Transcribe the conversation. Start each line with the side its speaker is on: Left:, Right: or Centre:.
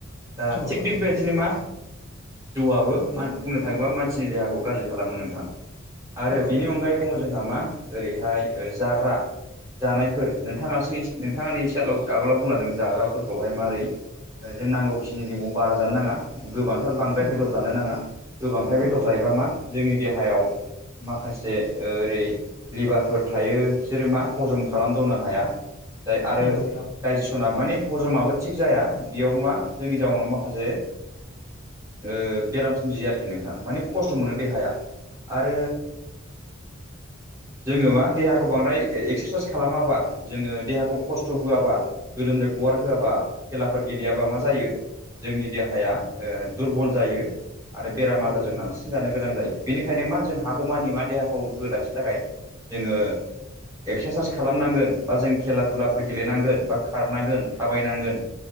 Right: दा
Left: औ
Right: थिग
Left: नंगौ
Right: बेबायदिनो
Left: नोंथां
Right: मा जौआबो मा बुंनो थाङोबा मानसिनि देहाखौ गाज्रि खालामो नोंथां आरो
Left: औ
Right: बेनि
Left: नंगौ नोंथां
Right: अनगायै दङ जोंहा मा ओरैहाय जाग्रा जानायफोर नोंथाङासो नोंथाङानो एसे आ आगोलाव बुंलादों जाग्राफोरखौहाय मारै जों नांगौखिनिनिबो बारा जानो नाङा। गोबांथार बांद्राय
Left: औ
Right: बेदर जानो नाङा गोबांथार बेदर
Left: औ
Right: जायोबा मा जोंनि देहायाव माखासे ओरै लिभारफोर थायो बिसोरो मा हजम खालामदनो हाया जाय आरो
Left: नंगौ नोंथां औ नंगौ नोंथां औ नंगौ नोंथां नंगौ औ
Right: डाइजेसना माने हजमाबो थिग जाया बेयाव मा जोंनि जाउनाव माखासे ओ बेराम सोमजियो आरोखि नोंथां मानि खस्थ' मोनो देहाया आरो जोंङो मा देहा देहाखौ बांद्राय एकस्रासाइस खालामाबा जोङो देहाखौ खस्थ' होआबा गोलोमदै गगार होआबा खेलाफोर गेलेयाबा मा जायो जोंनि देहाया ओ दुरबल जायो आरो बेराम आजारजों
Left: नंगौ नोंथां
Right: नारसिनजानो गोनां जायो बेनिखायनो मा जों हागौमानि मा देहाखौ गोग्गो लाखिनो थाखाय जोङो एक्सारसाइस खालामनांगोन बा जों खेला दुलाफोर गेलेनांगोन बा खारनांगोन थाबायनांगोन।